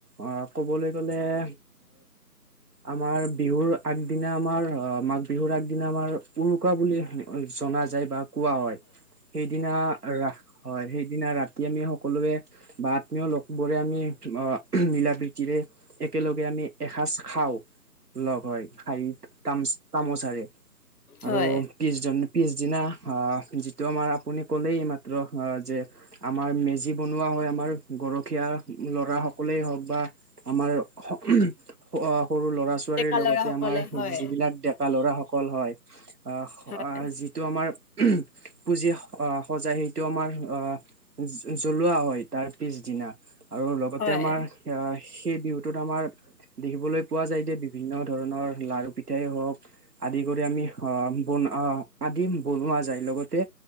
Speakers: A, on the right (about 65°); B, on the left (about 65°).
A: অ ক'বলৈ গ'লে অ আমাৰ বিহু বিহুৰ আগদিনা আমাৰ অ মাঘ বিহুৰ আগদিনা আমাৰ উৰুকা বুলি জনা যায়। যায় বা কোৱা হয় সেইদিনা ৰা হয় সেইদিনা ৰাতি আমি সকলোৱে বা আত্মীয় লোক বোৰে আমি অ মিলা-প্ৰীতি তিৰে একেলগে আমি এসাঁজ খাওঁ। লগ হয়। সাইত তাম তামোচাৰে আৰু
B: হয়,
A: প্ৰিছজন পিছদিনা আ যিটো আমাৰ আপুনি ক'লেই এইমাত্ৰ যে আমাৰ মেজি বনোৱা হয়। আমাৰ গৰখীয়া ল'ৰা সকলেই হওঁক বা আমাৰ স অ সৰু ল'ৰা-ছোৱালীৰ
B: ডেকা
A: লগতে
B: ল'ৰাসকলে
A: আমাৰ
B: হয়,
A: যিবিলাক ডেকা ল'ৰাসকল হয় অ
B: হয়,
A: যিটো আমাৰ পুঁজি অ সজাই সেইটো আমাৰ অ জ্বলোৱা হয় তাৰ পিছদিনা। আৰু লগতে
B: হয়,
A: আমাৰ আহ, সেই বিহুটোত আমাৰ দেখিবলৈ পোৱা যায় যে বি বিভিন্ন ধৰণৰ লাৰু পিঠাই হওক, আদি কৰি আমি আ বন আদি বনোৱা পা যায়, লগতে